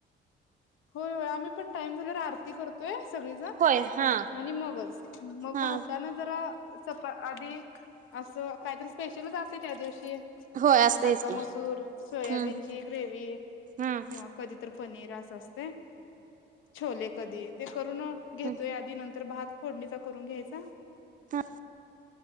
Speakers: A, on the left; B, on the right.
A: होय होय आम्ही पण टाइम झाल्याला आरती करतोय सगळीजण
B: होय हा
A: आणि मगच मग
B: हा
A: घालताना जरा चपा आधी असं काहीतरी स्पेशलच असतय त्या दिवशी.
B: होय असतयच
A: अख्ख्या
B: की
A: मसूर सोयाबीनची,
B: हम्म
A: ग्रेव्ही.
B: हम्म
A: किंवा कधी तर पनीर असं असतंय. छोले कधी ते करून घेतोय
B: हम्म.
A: आधी. नंतर भात फोडणीचा करून घ्यायचा.
B: ह